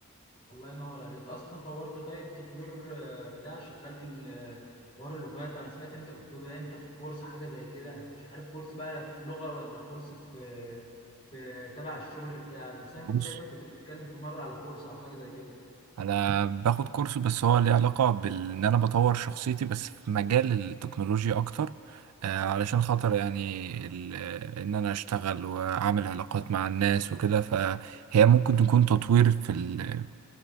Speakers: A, on the left; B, on the right.
A: الله ينور عليك انت اصلا طورت طيب تطوير آه، بتاع شغال في ال- آه، حوار اللغات انا سمعت ان انت كنت باين بتاخد كورس حاجه زي كده مش عارف كورس بقى لا في لغه ولا كورس في في تبع الشغل بتاعك بس انا
B: بص
A: كنت شايفك كنت بتتكلم في مره على كورس او حاجه زي كده
B: انا باخد كورس بس هو ليه علاقه بان انا بطور شخصيتي بس في مجال التكنولوجيا اكتر آه، علشان خاطر يعني ال- آه، ان انا اشتغل واعمل علاقات مع الناس وكده فهي ممكن تكون تطوير في ال